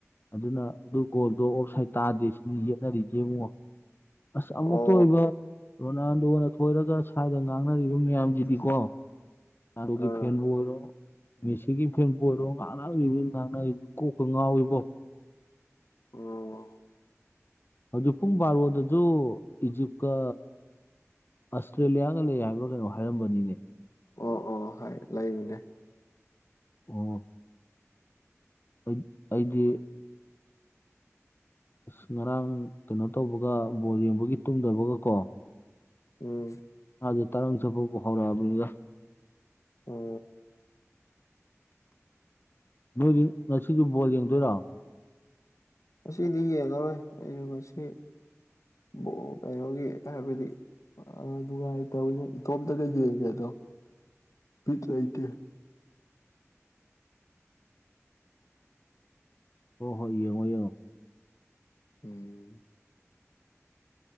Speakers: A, on the left; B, on the left.
A: ꯑꯗꯨꯅ ꯑꯗꯨ ꯒꯣꯜꯗꯣ ꯑꯣꯐ ꯁꯥꯏꯠ ꯇꯥꯗꯦ ꯁꯤꯅꯤ ꯌꯦꯠꯅꯔꯤꯁꯦ ꯏꯕꯨꯡꯉꯣ꯫ ꯑꯁ ꯑꯃꯨꯛꯇ
B: ꯑꯣ
A: ꯑꯣꯏꯕ ꯔꯣꯅꯥꯜꯗꯣꯅ ꯑꯣꯏꯔꯒ ꯁ꯭ꯋꯥꯏꯗ ꯉꯥꯡꯅꯔꯤꯕ ꯃꯌꯥꯝꯁꯤꯗꯤꯀꯣ ꯑꯗꯨꯒꯤ
B: ꯑꯥ
A: ꯐꯦꯟꯕꯨ ꯑꯣꯏꯔꯣ ꯃꯦꯁꯤꯒꯤ ꯐꯦꯟꯕꯨ ꯑꯣꯏꯔꯣ ꯉꯥꯡꯅꯒꯤ ꯉꯥꯡꯅꯔꯤ ꯀꯣꯛꯀ ꯉꯥꯎꯏꯕꯣ꯫
B: ꯑꯣ
A: ꯍꯧꯖꯤꯛ ꯄꯨꯡ ꯕꯥꯔꯣꯗꯁꯨ ꯏꯖꯤꯞꯀ ꯑꯁꯇ꯭ꯔꯦꯂꯤꯌꯥꯒ ꯂꯩ ꯍꯥꯏꯕ꯭ꯔꯥ ꯀꯩꯅꯣ ꯍꯥꯏꯔꯝꯕꯅꯤꯅꯦ꯫
B: ꯑꯣ ꯑꯣ ꯍꯥꯏ ꯂꯩꯕꯅꯦ꯫
A: ꯑꫭ ꯑꯩ ꯑꯩꯗꯤ ꯑꯁ ꯉꯔꯥꯡ ꯀꯩꯅꯣ ꯇꯧꯕꯒ ꯕꯣꯜ ꯌꯦꯡꯕꯒꯤ ꯇꯨꯝꯗꯕꯒꯀꯣ
B: ꯎꯝ
A: ꯑꯗꯨ ꯇꯔꯪ ꯆꯠꯄꯕꯨ ꯍꯧꯔꯛꯑꯕꯅꯤꯗ꯫
B: ꯑꯣ
A: ꯅꯣꯏꯗꯤ ꯉꯁꯤꯁꯨ ꯕꯣꯜ ꯌꯦꯡꯗꯣꯏꯔꯣ꯫
B: ꯁꯤꯗꯤ ꯌꯦꯡꯑꯔꯣꯏ ꯑꯩꯅ ꯃꯁꯤ ꯕꫭ ꯀꯩꯅꯣꯒꯤ ꯇꯍꯥꯏꯕꯗꯤ ꯑ ꯅꯨꯡꯉꯥꯏꯇꯕꯅꯦ ꯏꯇꯣꯝꯇꯒ ꯌꯦꯡꯉꯦꯗꯣ ꯕꯤꯠ ꯂꯩꯇꯦ꯫
A: ꯍꫭ ꯍꯣꯏ ꯌꯦꯡꯉꫭ-ꯌꯦꯡꯉꫭ꯫
B: ꯎꯝ